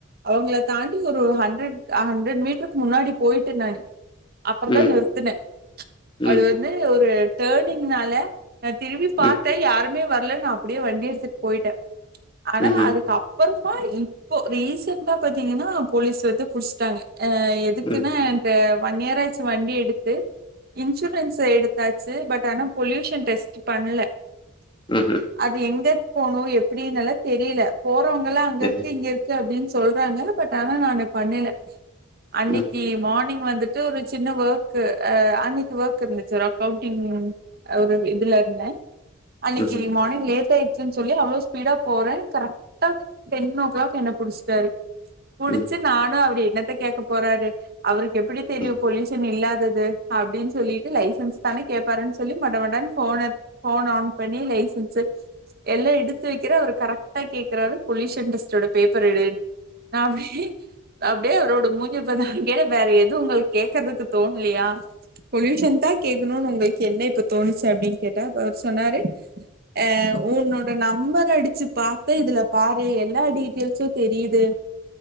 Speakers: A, on the right (about 45°); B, on the left (about 25°).
A: அவங்கள தாண்டி ஒரு ஹண்ட்ரட் ஹண்ட்ரட் மீட்டருக்கு முன்னாடி போயிட்டே நானு அப்பறதான்
B: ம்
A: நிறுத்துனேன்
B: ம்
A: அது வந்து ஒரு டர்னிங்னால நா திரும்பி பாத்தேன்
B: ம்
A: யாருமே வரல நா அப்படியே வண்டி எடுத்துட்டு போயிட்டேன் ஆனா
B: ம்ஹ்ம்
A: அதுக்கப் அப்பறமா இப்போ ரீசண்டா பாத்தீங்கன்னா போலீஸ் வந்து புடிச்ட்டாங்க அ எதுக்குன்ன
B: ம்
A: ஒன் இயர் ஆச்சு வண்டி எடுத்து இன்சூரன்ஸ் எடுத்தாச்சு பட் னா பொல்யூஷன் டெஸ்ட் பண்ணல
B: ம் ம்
A: அது எங்க போணும் எப்படின்னுல்ல தெரியல போறவங்கல்லாம் அங்க
B: சரி
A: இருக்கு இங்க இரு அப்படின்னு சொல்றாங்க பட் ஆனா நானு பண்ணல அன்னைக்கு
B: ம்
A: மார்னிங் வந்து ஒரு சின்ன ஒர்க் அன்னைக்கு ஒர்க் இருந்துச்சு ஒரு அக்கௌண்டிங் ஒரு இதுல இருந்த அன்னைக்கு
B: ம்ஹ்ம் ம் ம் ம் ம்
A: மானிங் லேட் ஆய் ச்சின் சொல்லி அவ்வளோ ஸ்பீடா போற கரெக்டா டென் ஓ க்ளாக் என்ன புடிச்சிட்டாரு புடிச்சு
B: ம்ஹ்ம் ம்
A: நானு அவரு என்னத்த கேக்க போறாரு அவருக்கு எப்படி தெரியு
B: ம் ம்
A: பொல்யூஷன் இல்லாதது அப்டின் சொல்லிட்டு லைசன்ஸ் தான கேப்பாருன் சொல்லி மடமடன் ஃபோன ஃபோன ஆன் பண்ணி லைஸ்சன்ஸ் எல்லா எடுத்து வைக்கிற அவர் கரக்ட் டா கேக்குறாரு பொல்யூஷன் டெஸ்டோட பேப்பர் எடுன் நா அப்டியே அப்டியே அவரோட மூஞ்ச பாத் கே வேற எதுவு உங்களுக்கு கேக்குறதுக்கு தோண்லையா பொல்யூஷன் தா கேக்கணுன் உங்களுக்கு என்ன இப்ப தோணுச்சு அப்டின்னு கேட்டா அப்ப அவரு சொன்னாரு அ உன்னோட நம்பர அடிச்சு பாத்த இதுல பாரு எல்லா டீட்டெல்ஸு‌ தெரியுது